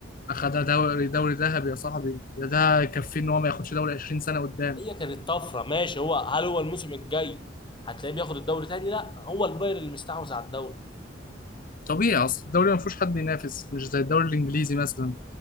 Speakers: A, on the left; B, on the left.
A: اخدها دوري دوري ذهبي يا صاحبي ده ده يكفيه ان هو ما ياخدش دوري 20 سنة قدام
B: هي كانت طفره ماشي هو هل هو الموسم الجاي هتلاقيه بياخد الدوري تاني لا هو البايرن اللي مستحوذ على الدوري
A: طبيعي اصل الدوري ما فيهوش حد ينافس مش زي الدوري الانجليزي مثلا